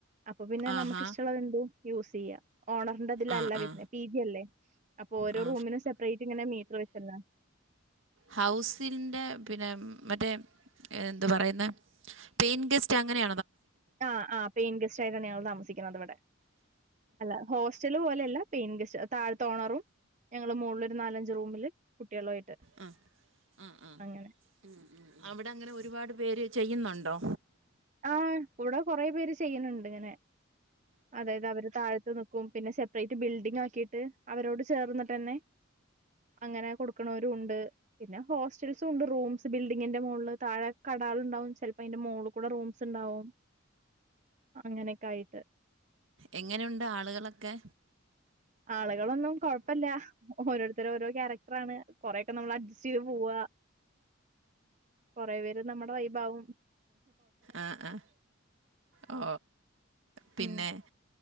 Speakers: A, on the right; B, on the right.
A: അപ്പൊ പിന്നെ
B: ആഹാ
A: നമുക്ക് ഇഷ്ടമുള്ളത് എന്തോ യൂസ് ചെയ്യാം ഓണറിൻന്റെ അതില
B: ആ
A: അല്ല വരുന്ന
B: ആ
A: പി ജി അല്ലേ അപ്പൊ ഓരോ
B: ആ
A: റൂമിനും സെപ്പറേറ്റ് ഇങ്ങനെ മീറ്റർ വെച്ചല്ല
B: ഹൗസിന്റെ പിന്നെ മറ്റേ എന്താ പറയുന്ന പെയിൻ ഗെസ്റ്റ് അങ്ങനെയ
A: ആ ആ പെയിൻ ഗസ്റ്റ് ആയിട്ടാണ് ഞങ്ങൾ താമസിക്കുന്നത് ഇവിടെ അല്ല ഹോസ്റ്റല് പോലെയല്ല പെയിൻ ഗസ് താഴത്ത ഓണറും ഞങ്ങള്ൾ മുകളിൽ ഒരു നാലഞ്ചച് റൂമില് കുട്ടികളുമായിട്ട്
B: ആ ആ ആ
A: അങ്ങനെ
B: ഉ ഉ അവിടെ അങ്ങനെ ഒരുപാട് പേര് ചെയ്യുന്നുണ്ടോ
A: ആഹ കൂടെ കൊറെ പേര് ചെയ്യണണ്ട് ഇങ്ങനെ അതായത് അവര് താഴത്ത് നക്കും പിന്നെെ അേറ്റ് ബിൽഡിങ് ആക്കിയിട്ട് അവരോട് ചേർന്നിട്ട്ന്നെ അങ്ങനെ കൊടുക്കണവരു ഉണ്ട് പിന്നെ ഹോസ്റ്റൽസ ഉണ്ട് റൂംസ് ബിൽഡിങ്ങിന്റെ മുകളില് താഴെ ട ഉണ്ടാവും ചിലപ്പോ അതിന്റെ മോളിൽ കൂടെ റൂംസ് ഉണ്ടാവും അങ്ങനെയൊക്കെ ആയിട്ട്
B: എങ്ങനെയുണ്ട് ആളുകളൊക്കെ
A: ആളെ ളൊന്നും കുഴപ്പമല്ല ഓരോരുത്തര ഓരോ ക്യാരക്ടർ ആണ് കുറെൊക്കെ നമ്മൾ അഡ്ജസ്റ്റ് ചെയ്ത് പോവുക കൊറ പേര് നമ്മുടെ വൈഭാവും
B: ആഹ ഓ പിന്നെ
A: ഉം